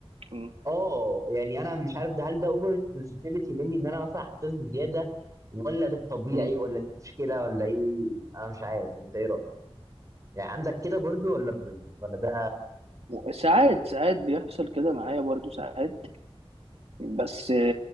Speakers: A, on the right (about 75°); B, on the right (about 35°).
A: مم،
B: اه يعني انا مش عارف ده هل ده اوفر سنسيتيفيتي مني ان انا مثلا حساس بزياده ولا ده الطبيعي
A: مم.
B: ولا دي مشكله ولا ايه انا مش عارف انت ايه رايك يعني عندك كده برضو ولا ب... ولا ده
A: ساعات ساعات بيحصل كده معايا برضو ساعات بس